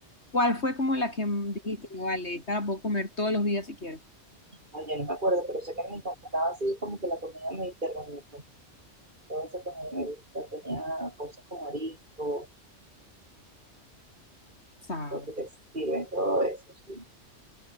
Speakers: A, on the left; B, on the right.
A: ¿Cuál fue como la que dijiste, "No, vale, esta la puedo comer todos los días si quiero?
B: Ay, yo no me acuerdo, pero sé que me encantaba así como que la comida mediterránea, pues toda esa comida me gusta, tenía cosas con marisco,
A: Sabes.
B: porque te sirven todo eso, sí.